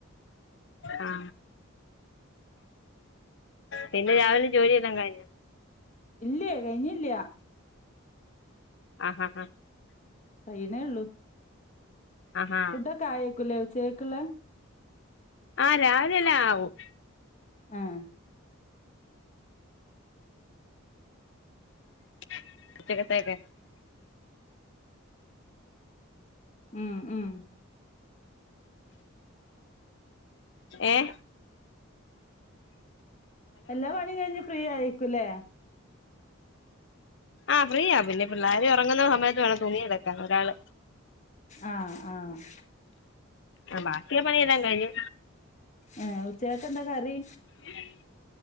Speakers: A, on the left (about 60°); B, on the left (about 35°).
A: ആ പിന്നെ രാവിലെ ജോലി എല്ലാം കഴിഞ്ഞോ
B: ഇല്ലേ കഴിഞ്ഞില്ല
A: ആഹഹ ആഹ
B: കഴിയിന്നെ ഉള്ളൂ
A: ആഹാ
B: ഫുഡ്‌ ഒക്കെ ആയോ <unintelligible>
A: ആഹ രാവിലെ എല്ല ആവും
B: ആഹ്
A: <unintelligible>
B: ഉം ഉം
A: എ
B: എല്ലാ പണി കഴിഞ്ഞ് ഫ്രീ ആയിക്കൂല്ലേ
A: ആഹ് ഫ്രീയാ പിന്നെ പിള്ളേര് ഉറങ്ങുന്ന സമയത്ത് വേണം തുണി അലക്കാൻ ഒരാള്
B: ആഹ് ആഹ്
A: ആ ബാക്കിയൊള്ള പണിയെല്ലാം കഴിഞ്ഞു
B: ആ ഉച്ചക്ക് എന്താ കറി
A: <unintelligible>